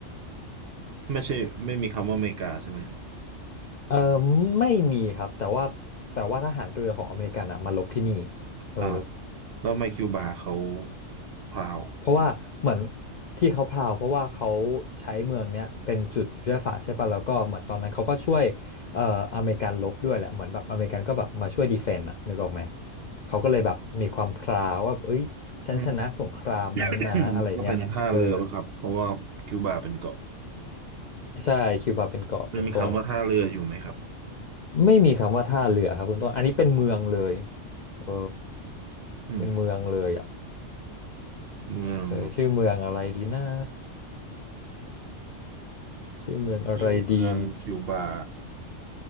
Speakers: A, on the right; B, on the left.
A: ไม่ใช่ไม่มีคำว่าอเมริกาใช่ไหมครับ
B: เออไม่มีครับแต่ว่าแต่ว่าทหารเรือของอเมริกันอ่ะมาลบที่นี่เออ
A: อ้าวแล้วทำไมคิวบาเขาพราว
B: เพราะว่าเหมือนที่เขาพราวเพราะว่าเขาใช้เมืองเนี้ยเป็นจุดยุทธศาสตร์ใช่ป่ะแล้วก็เหมือนตอนนั้นเขาก็ช่วยเอ่ออเมริกันลบด้วยแหละเหมือนแบบอเมริกันก็แบบมาช่วยดีเฟนต์อ่ะนึกออกไหมเขาก็เลยแบบมีความพราวว่าเอ้ยฉันชนะสงครามนี้นะอะไรเงี้ยเออ
A: อืม <coughs> ก็เป็นท่าเรือป่ะครับเพราะว่าคิวบาเป็นเกาะ
B: ใช่คิวบาเป็นเกาะคุณต้น
A: มันมีคำว่าท่าเรืออยู่ไหมครับ
B: ไม่มีคำว่าท่าเรือครับคุณต้นอันนี้เป็นเมืองเลยเออ
A: อืม
B: เป็นเมืองเลยอ่ะ
A: เมือง
B: เออชื่อเมืองอะไรดีนะชื่อเมืองอะไรดี
A: ชื่อเมืองคิวบา